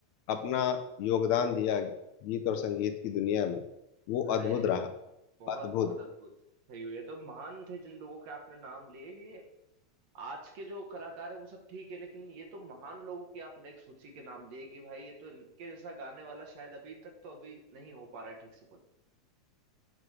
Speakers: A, on the left (about 75°); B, on the right (about 65°).
A: अपना योगदान दिया गीत और संगीत की दुनिया में वो
B: अरे
A: अद्भुत रहा
B: बहुत
A: अद्भुत
B: बहुत अद्भुत सही हुई। ये तो महान थे जिन लोगों के आपने नाम लिए ये आज के जो कलाकार है वो सब ठीक है लेकिन ये तो महान लोगों की आपने एक सूची के नाम दिए कि भाई ये तो इनके जैसा गाने वाला शायद अभी तक तो अभी नहीं हो पा रहा है ठीक से कोई